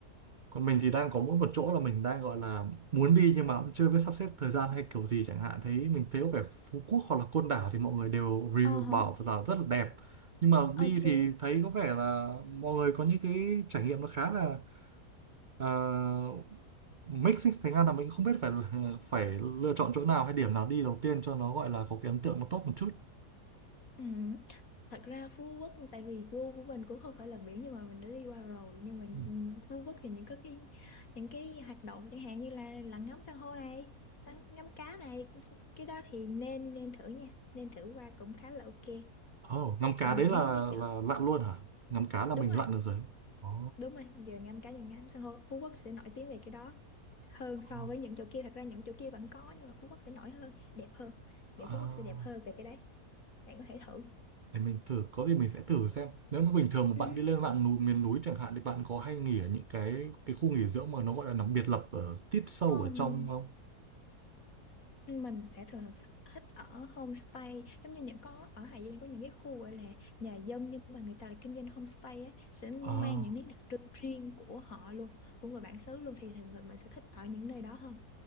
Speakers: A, on the right; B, on the left.
A: còn mình thì đang có mỗi một chỗ là mình đang gọi là muốn đi nhưng mà cũng chưa biết sắp xếp thời gian hay kiểu gì chẳng hạn thấy mình thấy có vẻ Phú Quốc hoặc là Côn Đảo thì mọi người đều review
B: Ờ hả?
A: bảo là rất là đẹp nhưng mà đi
B: Ok,
A: thì thấy có vẻ là mọi người có những cái trải nghiệm nó khá là uh, mix ấy. thành ra là mình không biết phải <laughs> phải lựa chọn chỗ nào hay điểm nào đi đầu tiên cho nó gọi là có cái ấn tượng nó tốt một chút
B: Ừ. Thật ra Phú Quốc tại vì gu của mình cũng không phải là biển nhưng mà mình đã đi qua rồi nhưng mà nhìn
A: Ừ.
B: Phú Quốc thì những có cái những cái hoạt động chẳng hạn như là lặn ngắm san hô này ngắm, ngắm cá này cái đó thì nên nên thử nha nên thử qua cũng khá là ok
A: Ồ, ngắm cá
B: còn
A: đấy
B: những
A: là
B: cái
A: là
B: chợ
A: lặn luôn hả? Ngắm cá là
B: đúng
A: mình
B: rồi
A: lặn được rồi. Ồ.
B: đúng rồi giờ ngắm cá giờ ngắm san hô Phú Quốc sẽ nổi tiếng về cái đó hơn so
A: ồ.
B: với những chỗ kia thật ra những chỗ kia vẫn có nhưng mà Phú Quốc sẽ nổi hơn đẹp hơn
A: À,
B: biển Phú Quốc sẽ đẹp hơn về cái đấy bạn có thể thử
A: để mình thử, có gì mình sẽ thử xem. Nếu mà bình thường mà
B: Ừ.
A: bạn đi lên mạng núi, miền núi chẳng hạn thì bạn có hay nghỉ ở những cái cái khu nghỉ dưỡng mà nó gọi là nó biệt lập ở tít sâu
B: Không
A: ở trong không?
B: mình sẽ thường thường thích ở homestay giống như những có ở Hà Giang có những cái khu gọi là nhà dân nhưng mà người ta lại kinh doanh homestay á sẽ mang
A: À,
B: những nét đặc trưng riêng của họ luôn của người bản xứ luôn thì thường thường mình sẽ thích ở những nơi đó hơn